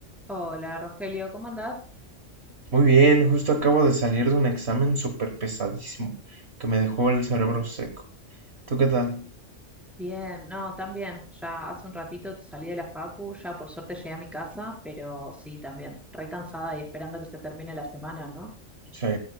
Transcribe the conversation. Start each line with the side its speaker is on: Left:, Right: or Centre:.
Centre: Hola Rogelio, ¿cómo andás?
Right: Muy bien, justo acabo de salir de un examen súper pesadísimo que me dejó el cerebro seco. ¿Tú qué tal?
Centre: Bien, no, también. Ya hace un ratito salí de la facu, ya por suerte llegué a mi casa, pero sí, también, re cansada y esperando que se termine la semana, ¿no?
Right: Sí,